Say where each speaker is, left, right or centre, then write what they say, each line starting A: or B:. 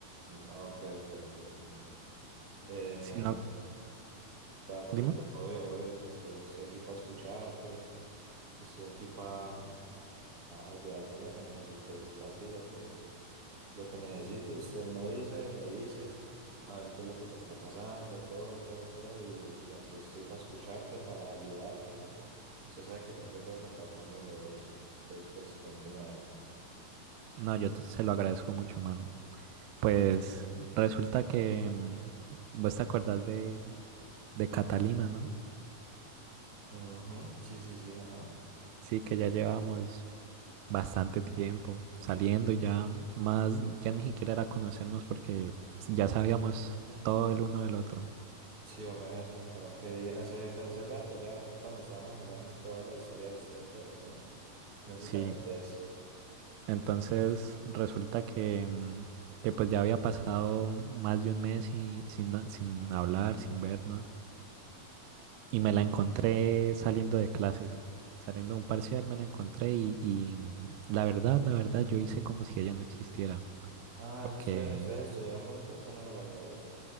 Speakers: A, on the right; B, on the right.
A: Ah, ok, ok, ok, ok. Eh,
B: Si no,
A: ya, papi,
B: dime.
A: pues obvio, obvio, te, estoy, estoy aquí para escucharte, estoy aquí para ayudarte en lo que necesites, papi, lo que, lo que necesites, usted me avisa y me dice, a ver qué es lo que te está pasando, todo, todo, todo, y, y aquí estoy para escucharte, para ayudarte. Usted sabe que siempre puede contar conmigo, Broki. Entonces, pues cuénteme a ver.
B: No, yo te- se lo agradezco mucho, mano. Pues resulta que mm, vos te acordás de, de Catalina, ¿no?
A: Ujú, Sí, sí, sí, ajá.
B: Sí, que ya llevamos bastante tiempo saliendo, ya más, ya ni siquiera era conocernos porque ya sabíamos todo el uno del otro.
A: Sí, vos me habías contado que hace, pues hace rato ya cuando estábamos jugando toda la historia de ustedes dos, ¿no? No sé
B: Sí,
A: si te acordás.
B: entonces resulta que, mm, que pues ya había pasado más de un mes y, sin, na- sin hablar, sin vernos, y me la encontré saliendo de clases. Saliendo de un parcial me la encontré y, y mm, la verdad, la verdad, yo hice como si ella no existiera,
A: Ah,
B: porque
A: ¿es usted, ustedes estudian juntos? eso no me la sabía.